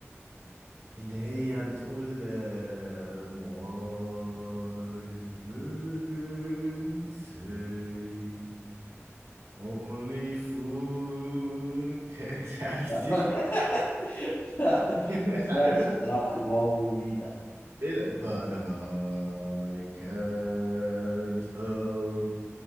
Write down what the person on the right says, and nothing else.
اللي هي بتقول آه، Wise men say Only fool <laughs> can- مش عارف
دي
<laughs> مش
عارفها
ايه ده <laughs> but I can't help